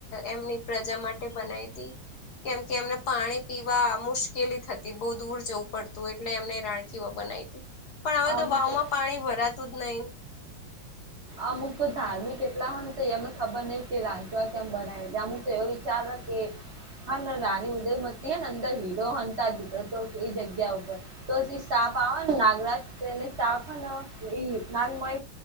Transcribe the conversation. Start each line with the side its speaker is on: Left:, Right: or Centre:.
Left: એમની પ્રજા માટે બનાવી હતી. કેમ કે એમને પાણી પીવા મુશ્કેલી થતી, બહુ દૂર જવું પડતું, એટલે એમને રાણખીઓ બનાવી. પણ હવે
Right: અમુક
Left: તો વાવ
Right: લોક
Left: માં પાણી ભરાતું જ નહીિ.
Right: અમુક તો ધાર્મિક એટલા હ તો અમને ખબર નહ કે રાચવા કેમ બનાવે ત અમુક તો એવો વિચાર કે... હા, ના રાની ઉદય મતી હ ને અંદર હીરો હતા, દીધો તો એઈ જગ્યા ઉપર. તોછી સાફ આવેને નાગરાત એને સાફને ના...